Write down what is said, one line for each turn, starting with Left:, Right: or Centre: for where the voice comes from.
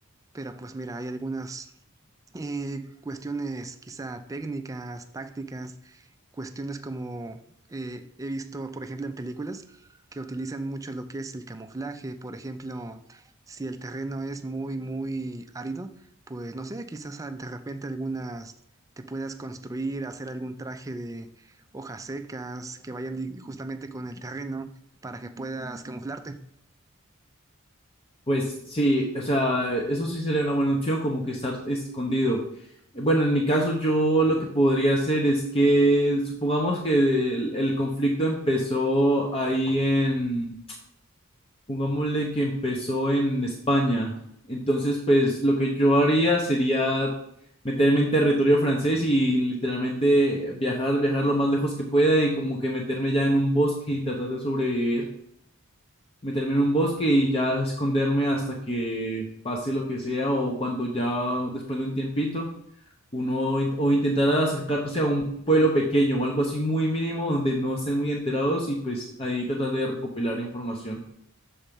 Right: Pero pues mira, hay algunas eh, cuestiones quizá técnicas, tácticas, cuestiones como eh, he visto, por ejemplo, en películas que utilizan mucho lo que es el camuflaje, por ejemplo, si el terreno es muy, muy árido, pues no sé, quizás ah, de repente algunas te puedas construir, hacer algún traje de hojas secas que vayan di- justamente con el terreno para que puedas camuflarte.
Left: Pues sí, o sea, eso sí sería una buena opción, como que estar escondido. Bueno, en mi caso yo lo que podría hacer es que, supongamos que el, el conflicto empezó ahí en Pongámosle que empezó en España. Entonces, pues lo que yo haría sería meterme en territorio francés y literalmente viajar, viajar lo más lejos que pueda y como que meterme ya en un bosque y tratar de sobrevivir. Meterme en un bosque y ya esconderme hasta que pase lo que sea o cuando ya después de un tiempito uno in- o intentar acercarse a un pueblo pequeño o algo así muy mínimo donde no estén muy enterados y pues ahí tratar de recopilar información.